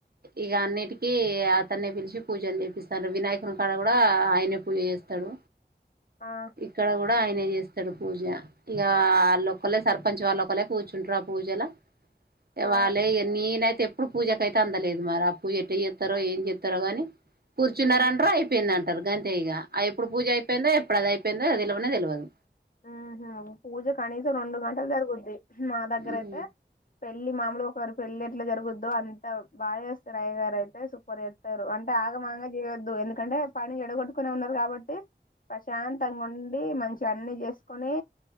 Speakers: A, on the right; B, on the left.
A: ఇగ అన్నిటికి కి అతన్ని పిలిచి పూజలు చేపిస్తాడు, వినాయకుని కాడ కూడా ఆయనే పూజ చేస్తడు.
B: ఆ
A: ఇక్కడ కూడా ఆయనే చేస్ స్తడు పూజ. ఇక వాళ్ళొక్కల్లె సర్పంచ్ వాళ్ళ ఒకళ్ళే కూర్చుంటరు ఆ పూజలా.
B: ఆ
A: వాళ్ళే ఇగ నీనయితే ఇప్పు పూజకైతే అందలేదు మరి అ పూజ ఎట్ చేత్తరో ఏం చేత్తరో కాని కూర్చున్నారంటరు
B: ఉహు
A: అయిపోయిందం సర్గా అంటే తెయగా ఆ ఎప్పుడు పూజ అయిపోయిందో, ఎప్పుడు అది అయిందో, తెలివనే తెలియదు.
B: ఉహు పూజ కనీసం రెండు గంటలు జరుగుద్ది మా దగ్గర
A: మ్మ్
B: అయితే పెళ్ళ మామలుగా రి పెళ్లి ఎట్లా జరగొద్దు అంత బాచేస్తరు అయ్యగారు అయితే, సూపర్ చేత్తరు అంటే ఆగమాగ చేయొద్దు ఎందుకంటే పని చెడగొట్టుకునే ఉన్నారు కాబట్టి ప్రశాంతంగా ఉండి మంచి అన్ని చే. తీసుకొని